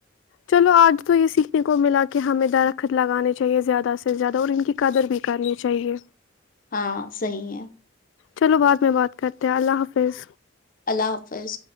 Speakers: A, on the left; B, on the left.
A: چلو آج تو یہ سیکھنے کو ملا کہ ہمیں درخت لگانے چاہیے زیادہ سے زیادہ اور ان کی قدر بھی کرنی چاہیے
B: ہاں صحیح ہے
A: چلو بعد میں بات کرتے ہیں اللہ حافظ
B: اللہ حافظ